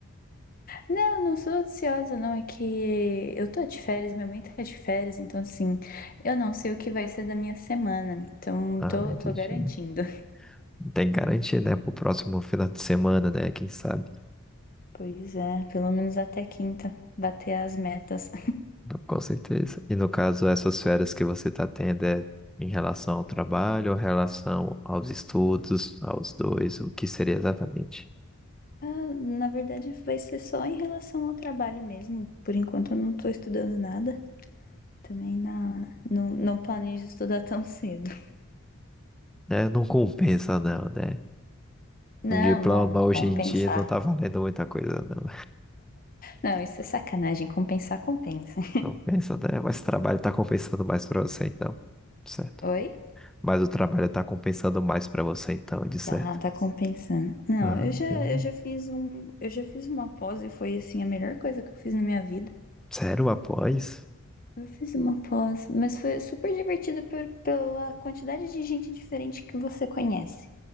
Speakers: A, on the left (about 40°); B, in the centre.
A: Não, não sou ansiosa, não, é que eu tô de férias, minha mãe tá de férias, então assim, eu não sei o que vai ser da minha semana, então
B: Ah,
A: tô,
B: entendi.
A: tô garantindo.
B: Não Tem garantia, né? Pro próximo final de semana, né? Quem sabe?
A: Pois é, pelo menos até quinta, bater as metas.
B: Com certeza. E no caso, essas férias que você está tendo é em relação ao trabalho, ou em relação aos estudos, aos dois, o que seria exatamente?
A: Ah, na verdade, vai ser só em relação ao trabalho mesmo. Por enquanto, eu não estou estudando nada. Também na... não, não planejo estudar <laughs> tão cedo.
B: É, não compensa não, né?
A: Não,
B: Um diploma
A: não,
B: hoje
A: compensar.
B: em dia não tá valendo muita coisa, não.
A: Não, isso é sacanagem. Compensar, compensa.
B: Compensa, né? Mas o trabalho tá compensando mais pra você, então. Certo.
A: <laughs> Oi?
B: Mas o trabalho tá compensando mais pra você, então, de certo.
A: Tá, tá compensando. Não,
B: Ah,
A: eu já,
B: hum.
A: eu já fiz um, eu já fiz uma pós e foi assim a melhor coisa que eu fiz na minha vida.
B: sério, após?
A: Eu fiz uma pós, mas foi super divertido por- pela quantidade de gente diferente que você conhece.